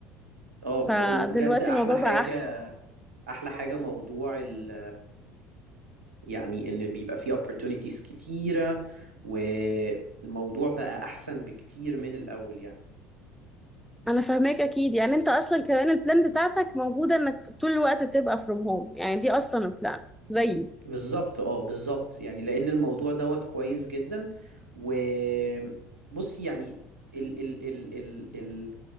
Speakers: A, on the right (about 80°); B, in the centre.
A: اه
B: فدلوقتي
A: ب- وبجد احلى
B: الموضوع
A: حاجة
B: بقى احسن
A: احلى حاجة موضوع ال يعني ان بيبقى فيه opportunities كتيرة والموضوع بقى احسن بكتير من الاول يعني
B: انا فاهماك اكيد يعني انت اصلا كمان البلان
A: مم.
B: بتاعتك موجوده انك طول الوقت تبقى فروم هوم يعني دي اصلا البلان زيي
A: بالظبط اه بالظبط يعني لان الموضوع دوت كويس جدا وبص يعني ال ال ال ال ال